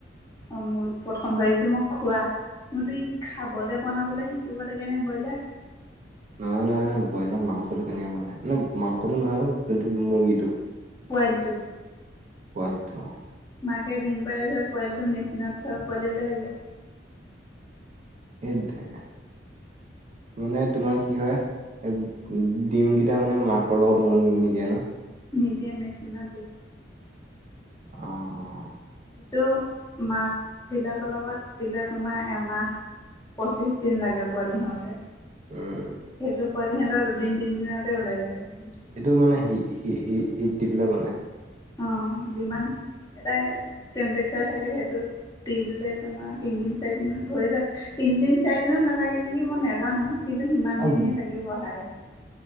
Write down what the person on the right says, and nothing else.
নহয় -নহয় -নয় ব্ৰইলাৰ মাংসটো কেনেকে বনাই মানে মাংসটো নহয় যোনটো মুৰ্গীটো
পোৱালিটো অঁ।
ধেৎ তেৰিকা মানে তোমাৰ কি হয় উ ডিমকেইটা মানে মাকৰ লগত উমনি নিদিয়ে ন?
অঁ অঁ।
উম।
সেইটো মানে হি হি হিট দি পেলাই বনাই
আৰু